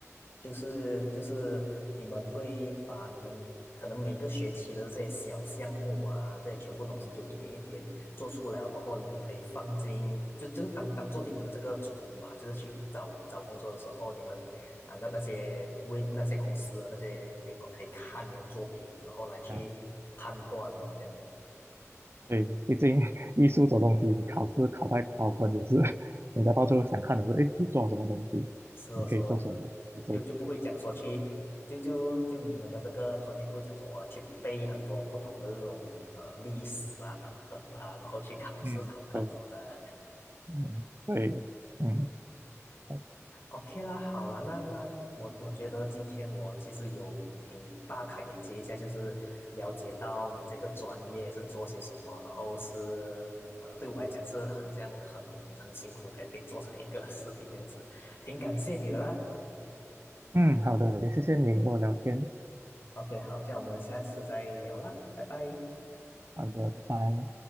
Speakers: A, on the left; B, on the right.
A: 就是就是你们会把你们可能每个学期的这些小项目啊，这些全部东西就一点一点做出来了过后，你们可以放进就就是当当做你们的这个筹码，就是去找找工作的时候，你们啊那那些为那些公司的那些员工可以看你的作品，然后来去判断，
B: 啊，
A: 这样
B: 对，毕竟 <laughs> 艺术这种东西，你考试考太高分也是 <laughs>，人家到最后想看的是，哎，你做了什么东西，
A: 是的，
B: 你可以做什么，
A: 是的，
B: 你做。
A: 就就不会讲说去，就就就你们的这个专业不会讲说哇去背很多不同的这种呃历史啊等等啦，然后去考试考高分啊。
B: 嗯，对，嗯，对，嗯，好的
A: OK 啦，好啦，那那我我觉得今天我其实有挺大开眼界一下，就是了解到你这个专业是做些什么，然后是啊，对我来讲是很像很很辛苦才可以做成一个 <laughs> 视频这样子，挺感谢你的啦。
B: 嗯，好的，也谢谢你跟我聊天，
A: OK，好，这样我们下次再聊啦，拜拜。
B: 好的，拜拜。